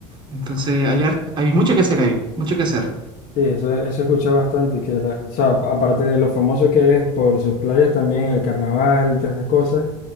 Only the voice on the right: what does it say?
Entonces hay, hart- hay mucho que hacer ahí, mucho que hacer.